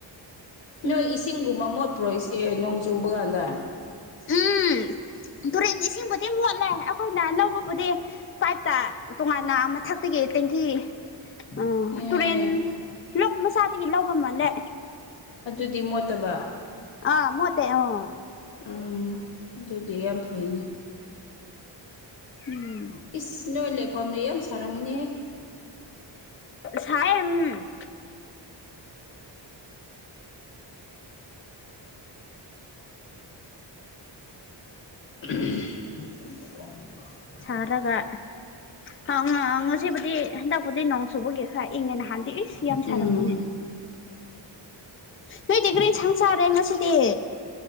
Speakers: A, on the left (about 75°); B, on the left (about 30°).
A: ꯅꯣꯏ ꯏꯁꯤꯡꯒꯨꯝꯕ ꯃꯣꯠꯄ꯭ꯔꯣ ꯑꯦ ꯅꯣꯡ ꯆꯨꯕ ꯀꯥꯟꯗ
B: ꯎꯝ ꯇꯨꯔꯦꯟ ꯏꯁꯤꯡꯕꯨꯗꯤ ꯃꯣꯠꯂꯦ ꯑꯩꯈꯣꯏꯅ ꯂꯧꯕꯕꯨꯗꯤ ꯄꯥꯏꯞꯇ ꯇꯣꯉꯥꯟꯅ ꯑꯃꯊꯛ ꯦꯇꯦꯡꯀꯤ ꯑ
A: ꯑꯦ
B: ꯇꯨꯔꯦꯟ ꯂ ꯃꯁꯥꯗꯒꯤ ꯂꯧꯕ ꯃꯥꯜꯂꯦ
A: ꯑꯗꯨꯗꯤ ꯃꯣꯠꯇꯕ
B: ꯑ ꯃꯠꯇꯦ ꯑꯣ
A: ꯎꯝ ꯑꯗꯨꯗꯤ ꯌꯥꯝ ꯐꯩꯅꯦ
B: ꯎꯝ
A: ꯏꯁ ꯅꯣꯏ ꯂꯩꯐꯝꯅꯦ ꯌꯥꯝ ꯁꯥꯔꯝꯃꯤꯅꯦꯍ
B: ꯊꯥꯏ ꯎꯝ
A: <unintelligible>
B: ꯁꯥꯔꯒ ꯍ ꯉꯁꯤꯕꯨꯗꯤ ꯍꯟ ꯄꯗꯩ ꯅꯣꯡ ꯆꯨꯕꯒꯤ ꯈꯔ ꯏꯪꯉꯦ ꯅꯍꯥꯟꯗꯤ ꯏꯁ ꯌꯥꯝ ꯁꯥꯔꯝꯕꯅꯦ
A: ꯎꯝ
B: ꯅꯣꯏꯗꯤ ꯔꯤ ꯁꯪ ꯆꯔꯦ ꯉꯁꯤꯗꯤ